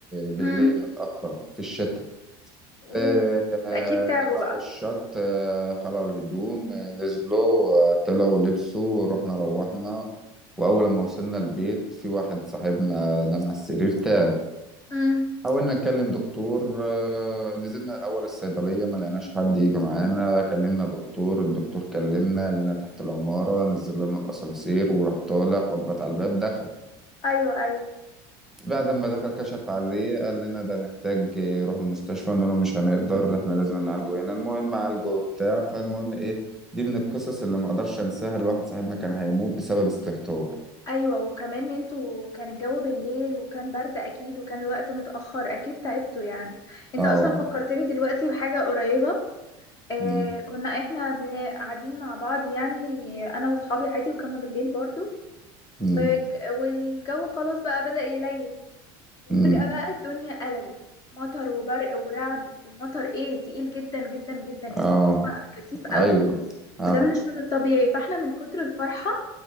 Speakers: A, in the centre; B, on the left.
A: بالليل
B: مم.
A: متأخر في الشتاء
B: أوه.
A: آه، آه،
B: أكيد تعبوا
A: راحوا
B: بقى
A: الشط آه، خلعوا الهدوم آه، نزلوا آه، طلعوا لبسوا رحنا روحنا وأول لما وصلنا البيت في واحد صاحبنا نام على السرير تعب
B: مم.
A: حاولنا نكلم دكتور آه، نزلنا الأول الصيدلية ما لقيناش حد يجي معانا كلمنا دكتور الدكتور كلمنا لنا تحت العمارة نزل لنا الأسانسير وراح طالع خبط على الباب دخل
B: أيوه أيوه
A: بعد ما دخل كشف عليه قال لنا ده محتاج يروح المستشفى قلنا له مش هنقدر احنا لازم نعالجه هنا المهم عالجه بتاع فالمهم ايه دي من القصص اللي ما اقدرش انساها الواحد صاحبنا كان هيموت بسبب استهتار
B: ايوه وكمان انتوا كان الجو بالليل وكان برد اكيد وكان الوقت متأخر اكيد تعبتوا يعني انت
A: اه
B: اصلا فكرتني دلوقتي بحاجة قريبة آه
A: امم
B: كنا احنا بن- قاعدين مع بعض يعني انا واصحابي عادي وكنا بالليل برضو
A: امم
B: وج- والجو خلاص بقى بدأ يليل وفجأة
A: امم
B: بقى الدنيا قلبت مطر وبرق ورعد ومطر ايه تقيل جدا جدا جدا يعني
A: اه
B: اللي هو كثيف
A: ايوه
B: قوي
A: عارف
B: وده مش من الطبيعي فاحنا من كتر الفرحة